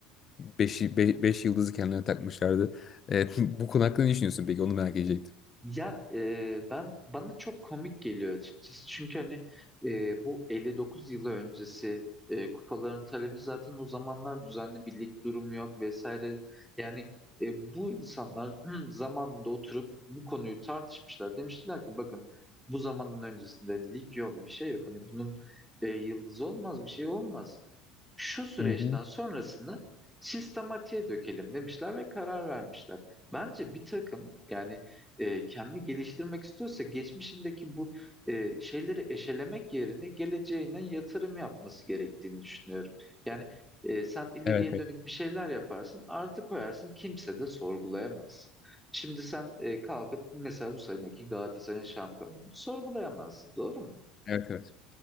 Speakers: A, on the left (about 35°); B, in the centre.
A: beş 5 yıldızı kendilerine takmışlardı. E, <laughs> bu konu hakkında ne düşünüyorsun peki? Onu merak edecektim.
B: Ya e, ben bana çok komik geliyor açıkçası. Çünkü hani e, bu 59 yılı öncesi e, kupaların talebi zaten o zamanlar düzenli bir lig durumu yok vesaire. Yani e, bu insanlar <clears throat> zamanında oturup bu konuyu tartışmışlar. Demiştiler ki bakın bu zamanın öncesinde lig yok, bir şey yok. Hani bunun e, yıldızı olmaz, bir şey olmaz. Şu süreçten
A: Hı hı.
B: sonrasını sistematiğe dökelim demişler ve karar vermişler. Bence bir takım yani e, kendini geliştirmek istiyorsa geçmişindeki bu e, şeyleri eşelemek yerine geleceğine yatırım yapması gerektiğini düşünüyorum. Yani e, sen ileriye
A: Evet, evet,
B: dönük bir şeyler yaparsın, artı koyarsın kimse de sorgulayamaz. Şimdi sen e, kalkıp mesela bu seneki Galatasaray'ın şampiyonluğunu sorgulayamazsın, doğru mu?
A: evet.